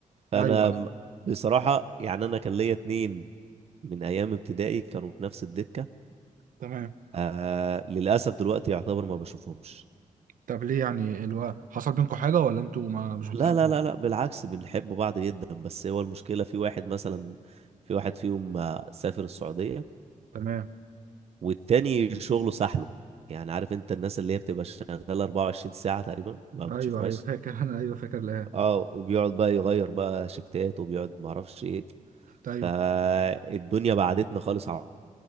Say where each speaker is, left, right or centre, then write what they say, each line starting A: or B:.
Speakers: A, on the right; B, on the right.
A: فأنا
B: ايوه ايوه
A: م- بصراحة يعني أنا كان ليا اتنين من أيام ابتدائي كانوا في نفس الدكة
B: تمام
A: آه للأسف دلوقتي يعتبر ما بشوفهمش
B: طب ليه يعني الو... حصل بينكم حاجه ولا انتوا ما مش بتتقابلوا
A: لا لا لا لا بالعكس بنحب بعض جدا بس هو المشكلة في واحد مثلا في واحد فيهم آه، سافر السعودية
B: تمام
A: والتاني شغله سحله يعني عارف انت الناس اللي هي بتبقى شغالة 24 ساعة تقريبا ما بتشوفهاش
B: ايوه ايوه فاكر <laughs> انا ايوه فاكر لها
A: اه وبيقعد بقى يغير بقى شفتات وبيقعد معرفش ايه
B: ايوه
A: فالدنيا بعدتنا خالص عن